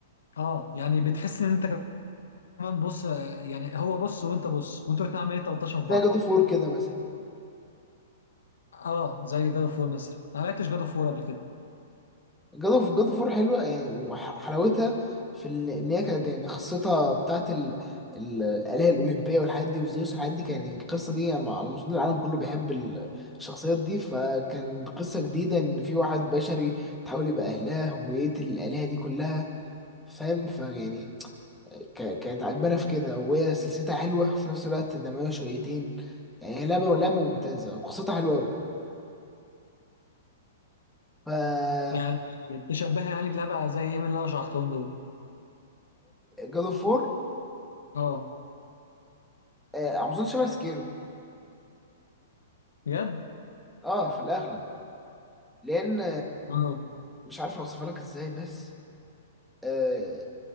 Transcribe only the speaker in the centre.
زي جود اوف وور كده مثلا
جاد اوف جاد اوف وور حلوه يعني وحلاوتها في ان إن هي كانت يعني قصتها بتاعت ال- ال- الآلهة الأولمبية والحاجات دي وزيوس والحاجات دي كان يعني القصة دي يعني على مستوى العالم كله بيحب ال- الشخصيات دي فكان قصة جديدة إن في واحد بشري تحاول يبقى أهلها ويقتل الآلهة دي كلها فاهم فيعني ك- كانت عجبانة في كده وهي سلسلتها حلوة في نفس الوقت دموية شويتين يعني هي لعبة لعبة ممتازة وقصتها حلوة أوي ف
جاد اوف وور
آه، على مستوى شبه سكيرو
اه في الاغلب لان
مش عارف اوصفها لك ازاي بس آه